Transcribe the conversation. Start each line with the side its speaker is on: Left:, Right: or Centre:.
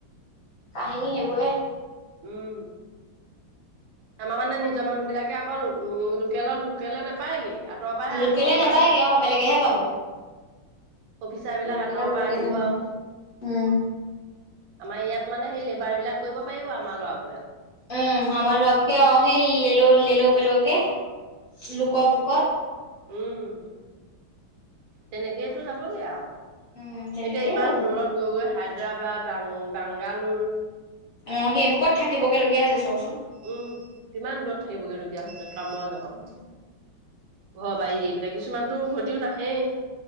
Left: কাহিনী সেইবোৰহে
Right: উম আমাৰ মানে নিজৰ মানুহ বিলাকে আকৌ উ লোকেলত লোকলে নাপায়গে তৰৰ পৰাহে
Left: লোকেলে
Right: আনিব অফিচাৰ
Left: নাপায়গে
Right: বিলাক
Left: অ বেলেগেহে পাব
Right: অফিচাৰ বিলাক
Left: লোকেলত
Right: আঁতৰৰ
Left: লোকেলে
Right: পৰা আহিব
Left: নাই
Right: আৰু
Left: উম
Right: আমাৰ ইয়াত মানে সেই লেবাৰ বিলাক কৰিব পাৰিব আমাৰ লৰাবোৰে
Left: উম আমাৰ বাবুক অ আহে ললো ললো পেল কে লোক পোকত
Right: উম তেনেকেইেতো যাবগে আৰু
Left: উম তেনেকেই
Right: এতিয়া ইমান
Left: যাবগে
Right: দূৰত গৈগৈ হায়দৰাবাদ বাং বাংগালোৰ
Left: অ সেইবুকত থাকিবগে লগগীয়া হৈছে চাকচোন
Right: উম কিমান দূৰত থাকিবগৈলগীয়া হৈছে কামৰা জগত
Left: উম
Right: ঘৰবাৰ এই পনে কিছুমানতো উভতিও নাহেই